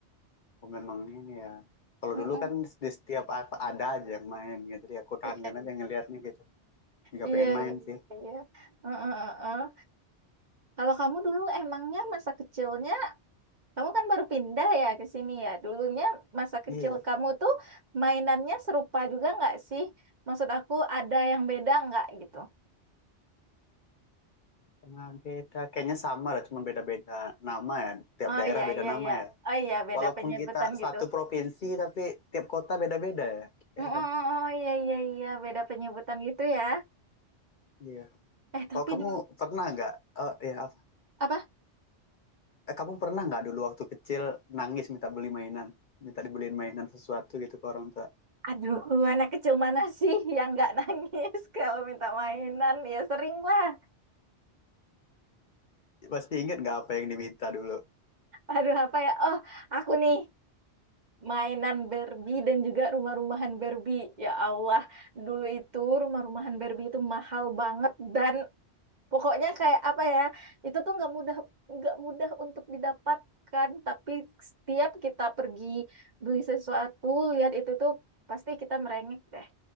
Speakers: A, on the left; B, on the right.
A: Oh, memang ini ya. Kalau
B: Mm-mm.
A: dulu kan di setiap apa ada aja yang main gitu. Jadi aku
B: Iya,
A: kangen aja ngeliatnya gitu. Nggak
B: iya,
A: pengen main
B: iya,
A: sih.
B: iya. Heeh, heeh. heeh. Kalau kamu dulu emangnya masa kecilnya Kamu kan baru pindah ya ke sini ya. Dulunya masa kecil
A: Iya,
B: kamu tuh mainannya serupa juga nggak sih? Maksud aku ada yang beda nggak gitu?
A: emang beda. Kayaknya sama lah, cuma beda-beda nama ya. Tiap
B: Oh
A: daerah
B: iya
A: beda
B: iya
A: nama
B: iya.
A: ya.
B: Oh iya beda
A: Walaupun
B: penyebutan
A: kita
B: gitu.
A: satu provinsi, tapi tiap kota beda-beda ya.
B: Mm-mm,
A: Ya kan?
B: oh iya iya iya beda penyebutan gitu ya.
A: Iya.
B: Eh
A: Kalau
B: tapi
A: kamu
B: dulu
A: pernah nggak, eh ya apa?
B: apa?
A: Eh, kamu pernah nggak dulu waktu kecil nangis minta beli mainan? Minta dibeliin mainan sesuatu gitu ke orang tua.
B: Aduh anak kecil mana sih <laughs> yang nggak nangis <laughs> kalau minta mainan? Ya sering lah.
A: Pasti inget nggak apa yang diminta dulu?
B: Aduh, apa ya? Oh, aku nih mainan Barbie dan juga rumah-rumahan Barbie. Ya Allah, dulu itu rumah-rumahan Barbie itu mahal banget dan pokoknya kayak apa ya? Itu tuh nggak mudah nggak mudah untuk didapatkan. Tapi setiap kita pergi beli sesuatu, lihat itu tuh pasti kita merengek deh.